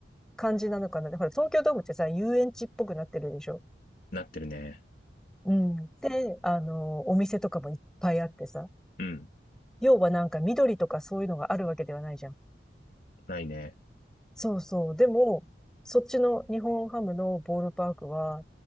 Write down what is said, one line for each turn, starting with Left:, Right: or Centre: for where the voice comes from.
Centre: 感じなのかな。ほら、東京ドームってさ、遊園地っぽくなってるでしょ。
Left: なってるね。
Centre: うん。で、あの、お店とかもいっぱいあってさ。
Left: うん、
Centre: 要はなんか緑とかそういうのがあるわけではないじゃん。
Left: ないね。
Centre: そうそう。でも、そっちの日本ハムのボールパークは、